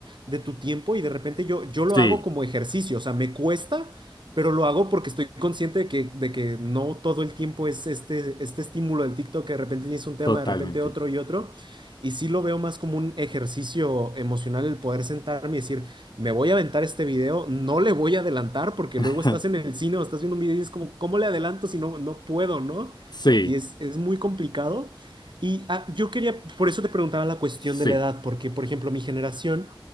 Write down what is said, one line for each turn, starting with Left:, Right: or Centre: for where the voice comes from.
Right: de tu tiempo y de repente yo, yo lo
Left: Sí,
Right: hago como ejercicio, o sea, me cuesta pero lo hago porque estoy consciente de que, de que no todo el tiempo es este, este estímulo del TikTok, que de repente tienes un tema,
Left: totalmente.
Right: de repente otro y otro. Y sí lo veo más como un ejercicio emocional el poder sentarme y decir, me voy a aventar este video, no le voy a adelantar porque
Left: <laughs>
Right: luego estás en el cine o estás viendo un video y es como, ¿cómo le adelanto si no, no puedo, no?
Left: Sí,
Right: Y es, es muy complicado. Y ah, yo quería, por eso te preguntaba la cuestión
Left: sí,
Right: de la edad, porque por ejemplo mi generación,